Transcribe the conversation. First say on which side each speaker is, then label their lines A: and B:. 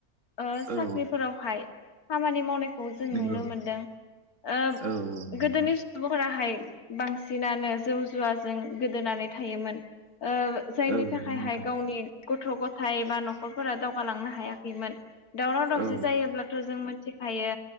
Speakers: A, on the left (about 80°); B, on the right (about 55°).
A: ओ
B: औ
A: साख्रिफोरावहाय खामानि मावनायख खौ जों
B: नंगौ
A: नुनो मोन्दों ओब
B: औ औ नोंथां
A: गोदोनि सुबुंफोराहाय बांसिनानो जौ जुवाजों गोदोनानै थायोमोन। ओ जायनि
B: औ
A: थाखायहाय
B: नोंथां
A: गावनि गथ' गथा य बा न'खरफोरा दावगालांनो हायाखैमोन दावराव दावसि
B: औ
A: जायोब्लाथ' जों मोन मिथिखायो